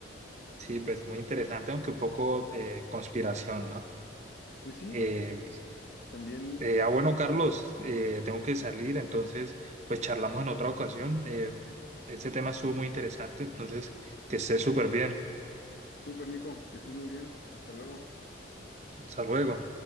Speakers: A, on the right; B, on the left.
A: Sí, pues muy interesante, aunque un poco eh, conspiración, ¿no?
B: Pues sí,
A: Eh,
B: también,
A: eh, ah, bueno, Carlos, eh, tengo que salir, entonces, pues charlamos en otra ocasión. Eh, este tema estuvo muy interesante, entonces, que estés súper bien.
B: súper Nico, que estés muy bien. Hasta luego.
A: Hasta luego.